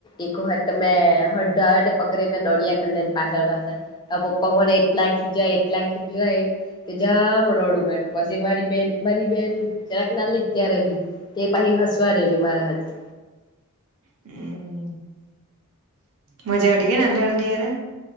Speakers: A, on the left; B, on the right.
A: એક વખર તો મેં. એ હડ્ડો આવે પકડીને દોડિયા કરેલું એની પાછળ પાછળ તો પપ્પા મને એટલા ખીજવાય એટલા ખીજવાય કે જામ રડું મે તો પછી મારી બેન. મારી બેન <unintelligible> ના લીજ ત્યારે બી તે <unintelligible> હસવા રહેલી મારા હાથે.
B: હમ મજા આવવી કે ને અત્યારે